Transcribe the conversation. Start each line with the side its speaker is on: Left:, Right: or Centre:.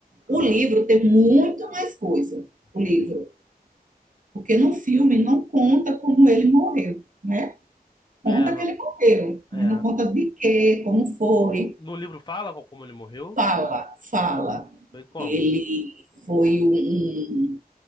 Left: aham,
Right: O livro tem muito mais coisa, o
Left: sim.
Right: livro, porque no filme não conta como ele morreu, né? Conta
Left: É,
Right: que
Left: no,
Right: ele morreu, mas
Left: é,
Right: não conta de quê, como foi.
Left: no livro fala co- como ele morreu?
Right: Fala, fala.
Left: Foi como?
Right: Ele foi um um-